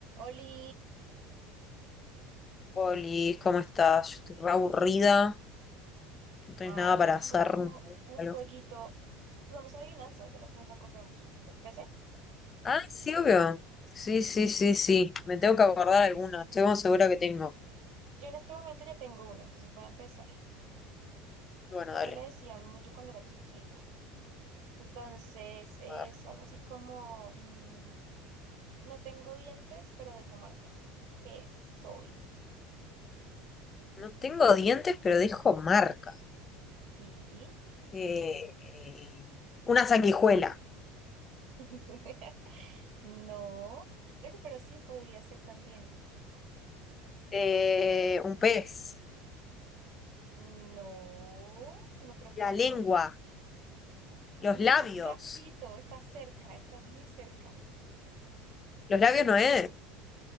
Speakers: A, on the right; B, on the left.
A: Oli,
B: Oli, ¿cómo estás? Yo estoy re aburrida. No tenés
A: ay,
B: nada
A: yo
B: para
A: te tengo
B: hacer.
A: como
B: no sé,
A: un
B: algo.
A: jueguito. Jugamos adivinanzas de las que nos acordemos. ¿Te parece?
B: Ah, sí, obvio. Sí, sí, sí, sí. Me tengo que acordar alguna. Estoy como segura que tengo.
A: Yo en este momento ya tengo una, entonces voy a empezar. O
B: Bueno,
A: sea,
B: dale.
A: me la decían mucho cuando era chiquita. Entonces es
B: a ver.
A: algo así como, mm, no tengo dientes, pero dejo marcas. ¿Qué soy?
B: No tengo dientes, pero dejo marca.
A: Sí.
B: Eh, eh, una sanguijuela.
A: <laughs> No. Oye, pero sí, podría ser también.
B: Eh, un pez.
A: No, no creo que
B: La
A: deje
B: lengua.
A: marca.
B: Los
A: Mm,
B: labios.
A: Casito, estás cerca, estás muy cerca.
B: Los labios no es.